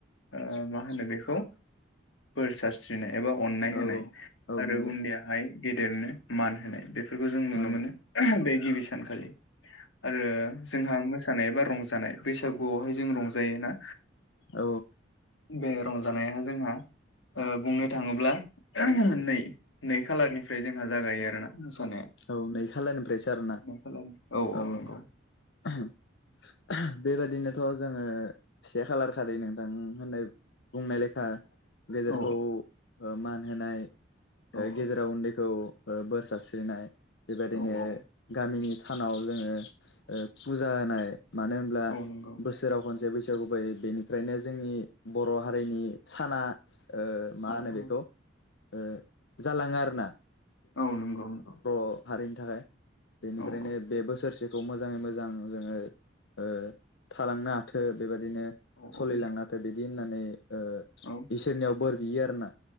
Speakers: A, on the left; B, on the left.
A: ओ मा होनो बेखौ बोर सारस्रिनाय एबा अननाय
B: औ
A: होनाय
B: औ
A: आरो
B: नंगौ
A: उन्दैयाहाय गेदेरनो मान होनाय बेफोर फोरखौ जों नुनो
B: औ
A: मोनो <unintelligible> बे गिबि सानखालि आरो जोंहा मोसानाय एबा रंजानाय बैसागुआवहाय जों रंजायो ना
B: औ
A: बे रंजानाया जोंहा ओ बुंनो थाङोब्ला <unintelligible> नै-नै खालारनिफ्राय जोंहा जागायो आरोना मोसानाया
B: औ नै खालनिफ्रायसो आरोना
A: मा खालामो?
B: औ
A: नंगौ
B: औ <unintelligible> बेबायदिनोथ' जोङो से खालार खालि नोंथां होननाय बुंंनाय लेखा गेदेरखौ
A: औ
B: ओ मान होनाय
A: औ
B: ओ गेदेरा उन्दैखौ ओ बोर सारस्रिनाय बेबायदिनो
A: औ औ
B: गामिनि थानाव जोङो ओ पुजा होनाय मानो होनब्ला
A: औ नंगौ
B: बोसोराव खन से बैसागु फायो बेनिफ्रायनो जोंनि बर' हारिनि साना ओ मा
A: औ
B: होनो
A: औ
B: बेखौ ओ जालाङो आरोना
A: औ नंगौ नंगौ
B: अ हारिनि थाखाय बेनिफ्रायनो
A: औ
B: बे बोसोरसे खौ‌ मोजाङै मोजां जोङो ओ थालांनो हाथो बेबा दिनो
A: औ
B: सलिलांनो
A: औ
B: हाथो बिदि होननानै ओ
A: औ
B: इसोरनियाव बोर बियो आरो ना